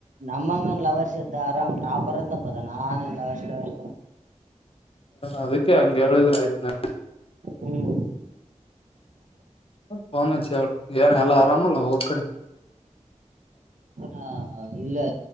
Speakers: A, on the right; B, on the left.
A: ನಮ್ಮಂಗ ಲವರ್ಸ ಆರಾಮ ಆಾ ಬರದಪ್ಪದ ನಾನ ಲವರ್ ಲವರ್
B: ಅದಕ್ಕೆ ಹಂಗ ಹೇಳಿದ್ರ ಆಯ್ತ್ ನ
A: ಹ್ಮ್
B: ಪೋ ನ್ ಹೇಳ ಏನ್ ಎಲ್ಲ ಆರಾಮಲ್ಲ ಹೋಗೋದ್ ಕಡೆ
A: ಆ, ಇಲ್ಲೇ